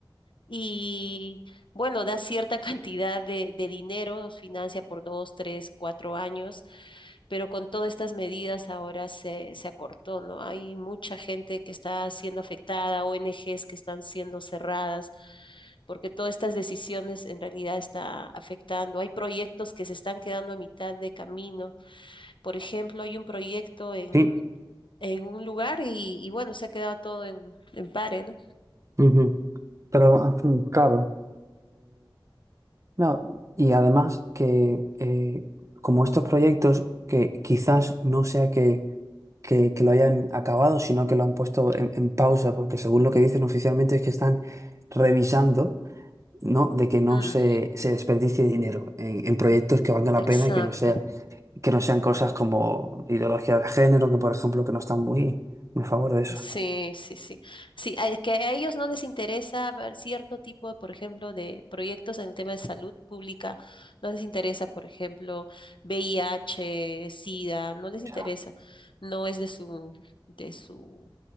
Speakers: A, on the left (about 80°); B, on the right (about 40°).
A: Y bueno, da cierta <laughs> cantidad de, de dinero, nos financia por dos, tres, cuatro años, pero con todas estas medidas ahora se, se acortó, ¿no? Hay mucha gente que está siendo afectada, ONGs que están siendo cerradas, porque todas estas decisiones en realidad está afectando. Hay proyectos que se están quedando a mitad de camino. Por ejemplo, hay un proyecto en,
B: Sí.
A: en un lugar y, y bueno, se ha quedado todo en, en pare, ¿no?
B: Ujú. Pero, ah, mm, claro. No, y además que eh, como estos proyectos que quizás no sea que, que, que lo hayan acabado, sino que lo han puesto en, en pausa, porque según lo que dicen oficialmente es que están revisando, ¿no? De que no
A: Mm,
B: se, se desperdicie dinero en, en proyectos que valgan la
A: exacto.
B: pena y que no sea, que no sean cosas como ideología de género, que por ejemplo que no están muy, muy a favor de eso.
A: Sí, sí, sí. Sí, a- es que a ellos no les interesa ver cierto tipo, por ejemplo, de proyectos en el tema de salud pública. No les interesa, por ejemplo, VIH, SIDA, no les interesa.
B: O sea,
A: No es de su, de su